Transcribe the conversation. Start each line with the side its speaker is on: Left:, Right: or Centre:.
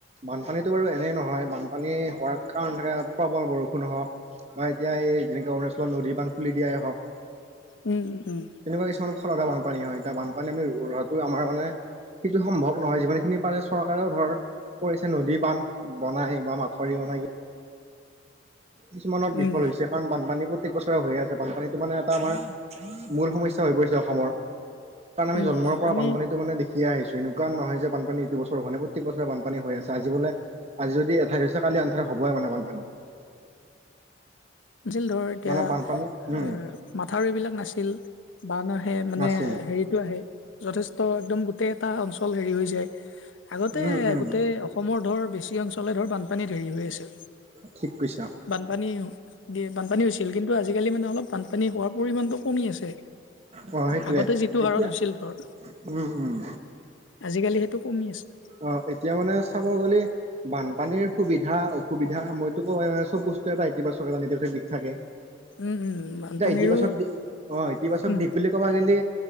Right: বানপানীতো বাৰু এনেই নহয় বানপানী হোৱাৰ কাৰণ থাকে। প্ৰবল বৰষুণ হওক বা এতিয়া এই যেনেকৈ অৰুণাচলত নদীৰ বান্ধ খুলি দিয়াই হওক।
Left: উম, উম, উম।
Right: তেনেকুৱা কিছুমান ফলতে বানপানী হয়। এতিয়া বানপানী আমি ৰোৱাটো আমাৰ মানে সেইটো সম্ভৱ নহয়, যিমানখিনি পাৰে চৰকাৰেও ধৰ কৰিছে নদী বান্ধ বনাই বা মাথাউৰি বনাই। কিছুমানত বিফল
Left: উম
Right: হৈছে। কাৰণ বানপানী প্ৰত্যেক বছৰে হৈয়ে আছে, বানপানীটো মানে এটা আমাৰ মূল সমস্যা হৈ পৰিছে অসমৰ। কাৰণ আমি
Left: উম
Right: জন্মৰপৰা
Left: বানপানী
Right: বানপানীটো মানে দেখিয়ে আহিছোঁ এনে কুৱা নহয় যে বানপানী এইটো বছৰ হোৱা নাই, প্ৰত্যেক বছৰে বানপানী হৈ আছে, আজি বোলে আজি যদি এঠাইত হৈছে কালি আনঠাইত হ'বই মানে বানপানী।
Left: যিল ধৰ এতিয়া
Right: মানে বানপানী উম
Left: এ, মাথাউৰিবিলাক নাছিল বা ন' সেই মানে
Right: নাছিল
Left: হেৰিত আহে যথেষ্ট একদম গোটেই এটা অঞ্চল হেৰি হৈ যায়। আগতে
Right: উম উম
Left: গোটেই অসম অসমৰ ধৰ বেছি অঞ্চলে ধৰ বানপানী ধেৰি হৈ আছিল।
Right: ঠিক কৈছা।
Left: বানপানী দিয় বানপানী হৈছিল, কিন্তু আজিকালি মানে অলপ বানপানী হোৱাৰ পৰিমণটো কমি আছে।
Right: অহ, সেইটোৱে
Left: আগতে যিটো হাৰত
Right: এতিয়া
Left: হৈছিল ধৰ
Right: উম, উম।
Left: আজিকালি সেইটো কমি আছে।
Right: অহ, এতিয়া মানে চাব গ'লে বানপানীৰ সুবিধা অসুবিধা মইতো কোৱাই নাই, চব বস্তু এটা ইতিবাচক এটা নিৰ্দিষ্ট দিশ থাকে।
Left: উম উম বানপানীৰো
Right: এটা ইতিবাচত দি, হয়। ইতিবাচক
Left: উম
Right: দিশ বুলি ক'বা গেলী